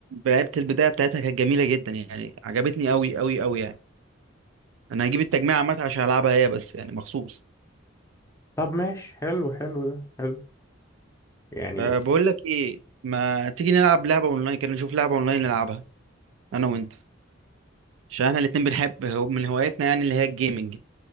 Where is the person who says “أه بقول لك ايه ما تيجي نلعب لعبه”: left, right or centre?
Right